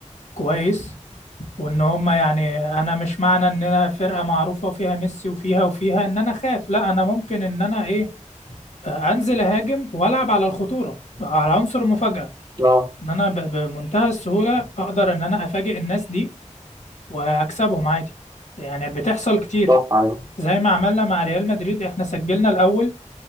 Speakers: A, on the left; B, on the right.
A: كويس وان هم يعني انا مش معنى ان انا فرقه معروفه وفيها ميسي وفيها وفيها ان انا اخاف لا انا ممكن ان انا ايه آه، انزل اهاجم والعب على الخطوره على عنصر المفاجاه
B: اه
A: ان انا ب- بمنتهى السهوله اقدر ان انا افاجئ الناس دي واكسبهم عادي يعني بتحصل كتير
B: صح ايوه
A: زي ما عملنا مع ريال مدريد احنا سجلنا الاول